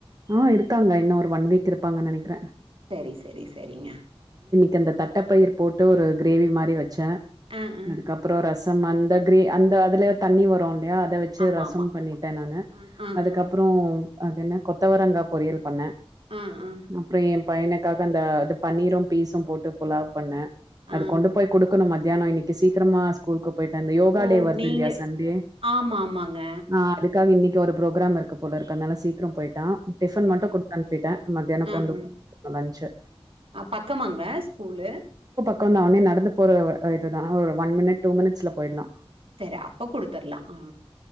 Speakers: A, on the right (about 40°); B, on the right (about 65°).
A: ஆ இருக்காங்க இன்னு ஒரு ஒன் வீக் இருப்பாங்க நெனைக்கறே
B: செரி செரி செரிங்க
A: கிந்த தட்டப்பயிர் போட்டு ஒரு கிரேவி மாரி வெச்சே
B: ஆ ஆ
A: அதுக்கப்றோ ர சம் அந்த க்ரே அந்த அதுல தண்ணி வரு ல்லயா அத வெச்சு
B: ஆமா
A: ரசம்
B: ஆமா
A: பண்ணிட்டே நானு
B: ம் ம்
A: அதுக்கப்றோ
B: ம்
A: அதென்ன கொத்தவரங்கா பொரியல் பண்ணே
B: ம் ம்
A: அப்றோ எ பையனுக்காக அந்த அது பன்னீரு பீஸு போட்டு புலாவ் பண்ணே
B: ம்
A: அது கொண்டு போய் குடுக்கனு ம த்யானோ இன்னிக்கு சீக்கரமா ஸ்கூல்க்கு போய்ட்டு அந்த யோகா
B: ஓ
A: டே வருதில்யா
B: நீங்க
A: சண்டே
B: ஆமா ஆமாங்க
A: ஆ அது காக இன்னிக் ஒரு ப்ரோக்ராம் இருக்கு போலருக்கு அத்னால சீக்கரம் போய் ட்டா டிஃபன்
B: சேரி
A: மட்டு குடுத் அனுப்பிட்டே மத்யானோ
B: ம்
A: கொண்டு
B: ம்
A: <inaudible> லன்ச்சு
B: அ பக்கமாங்க ஸ்கூலு
A: பக்கந்தா ஒட்னே நடந்து போற அ இது தா ஒரு ஒன் மினிட் டூ மினிட்ஸ்ல போயிட்லா
B: செரி அப்ப குடுத்தர்லா ஆ